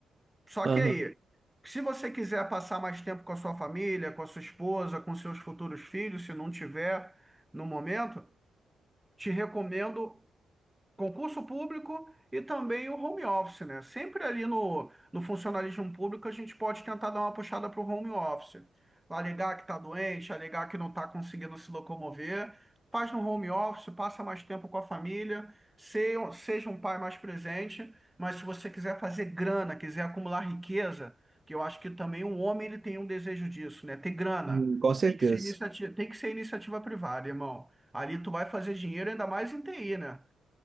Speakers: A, in the centre; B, on the right.
A: Só
B: Aham.
A: que aí, se você quiser passar mais tempo com a sua família, com a sua esposa, com seus futuros filhos, se não tiver no momento, te recomendo Concurso público e também o home office, né? Sempre ali no, no funcionalismo público a gente pode tentar dar uma puxada para o home office. Alegar que está doente, alegar que não está conseguindo se locomover. Faz no home office, passa mais tempo com a família, se- seja um pai mais presente. Mas se você quiser fazer grana, quiser acumular riqueza, que eu acho que também um homem ele tem um desejo disso, né? Ter grana.
B: Hum, Com certeza.
A: Tem que ser iniciativa, tem que ser iniciativa privada, irmão. Ali tu vai fazer dinheiro ainda mais em TI, né?